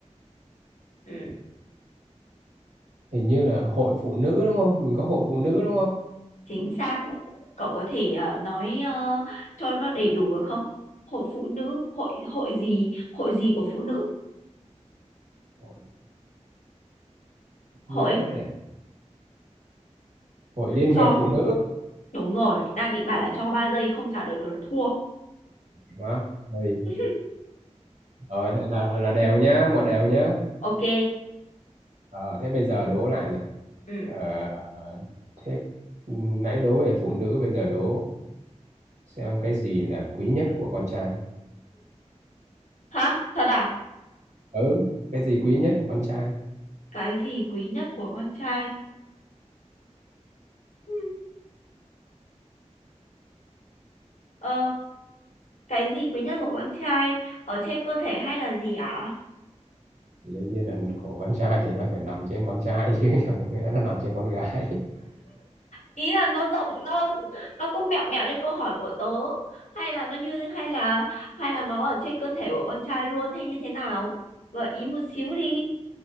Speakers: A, on the left (about 80°); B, on the right (about 70°).
A: Ừm,
B: hình như là hội phụ nữ đúng không mình có hội phụ nữ đúng không
A: chính xác cậu có thể ờ, nói ờ, cho nó đầy đủ được không hội phụ nữ hội hội gì hội gì của phụ nữ
B: hội,
A: hội
B: nhớ đây này hội liên
A: cho
B: hiệp phụ nữ
A: Đúng rồi, đang định bảo là cho 3 giây không trả lời được là thua.
B: đúng không rồi
A: <laughs> Ừm,
B: rồi thế là là đều nhá một đều nhá
A: ok.
B: Ờ, thế bây giờ đố lại này
A: Ừ.
B: Ờ, thế nãy đố về phụ nữ bây giờ đố xem cái gì là quý nhất của con trai
A: Hả? Thật à?
B: ừ cái gì quý nhất của con trai
A: Cái gì quý nhất của con trai? Ừm, Ờ, cái gì quý nhất của con trai ở trên cơ thể hay là gì ạ?
B: thì đương nhiên là của con trai thì nó phải nằm trên con trai chứ <laughs> chẳng nghĩa nó nằm trên con gái
A: Ý là nó rộng nó nó cũng mẹo mẹo như câu hỏi của tớ hay là nó như hay là hay là nó ở trên cơ thể của con trai luôn hay như thế nào? Gợi ý một xíu đi.